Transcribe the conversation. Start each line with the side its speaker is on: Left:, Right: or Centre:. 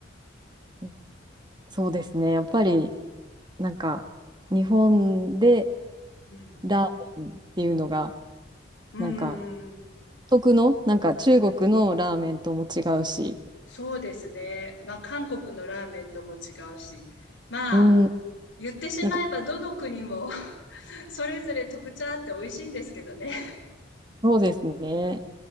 Right: うんそうですね。やっぱり、なんか、日本で
Left: うん。
Right: ラーメンっていうのが、
Left: うんうん
Right: なんか、独特の、なんか中国のラーメンとも違うし、
Left: そうですね。まあ韓国のラーメンとも違うし、まあ
Right: うん、
Left: 言ってしまえばどの国も
Right: なんか
Left: <laughs> それぞれ特徴あって美味しいんですけどね。
Right: そうですね。